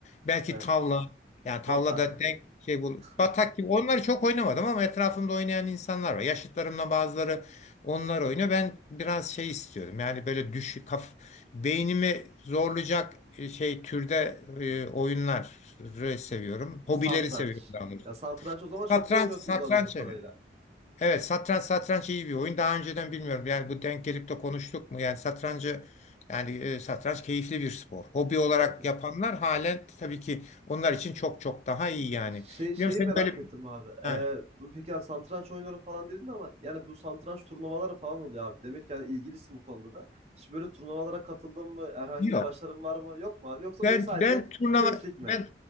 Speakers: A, on the left; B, on the right.
A: belki
B: Evet.
A: tavla yani tavlada
B: Batak.
A: denk şey bul
B: <laughs>
A: batak gibi onları çok oynamadım ama etrafımda oynayan insanlar var. Yaşıtlarımla bazıları onlar oynuyor. Ben biraz şey istiyorum. Yani böyle düş kaf Beynimi zorlayacak e, şey türde e,
B: Hı hı.
A: oyunları seviyorum. Hobileri
B: Satranç.
A: seviyorum daha doğrusu.
B: Ya satranç o zaman
A: Satranç,
B: çok iyi oynuyorsunuz
A: satranç
B: anladığım kadarıyla.
A: evet. Evet, satranç satranç iyi bir oyun. Daha önceden bilmiyorum. Yani bu denk gelip de konuştuk mu? Yani satrancı yani e, satranç keyifli bir spor. Hobi olarak
B: Evet
A: yapanlar halen tabii ki onlar için çok çok daha iyi yani.
B: Şey, şeyi
A: Biliyorum senin
B: merak
A: böyle
B: ettim abi.
A: ha,
B: Ee, bu- peki yani satranç oynuyorum falan dedin ama yani bu satranç turnuvaları falan oluyor abi. Demek yani ilgilisin bu konuda da. Hiç böyle turnuvalara katıldın mı? Herhangi
A: yok.
B: bir başarın var mı? Yok mu abi? Yoksa
A: Ben
B: böyle sadece
A: ben turnuva
B: keyiflik mi?
A: ben